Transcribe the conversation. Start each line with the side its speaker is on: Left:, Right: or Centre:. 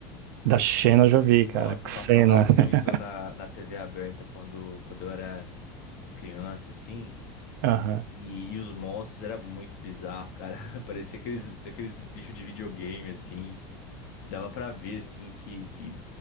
Right: Da Xena eu já vi,
Left: Nossa,
Right: cara.
Left: passava
Right: Xena.
Left: muito
Right: <laughs>
Left: na, na TV aberta quando, quando eu era criança, assim.
Right: Aham.
Left: E, e os monstros era muito bizarro, cara. <laughs> Parecia aqueles, aqueles bichos de videogame, assim. E dava pra ver, assim, que, que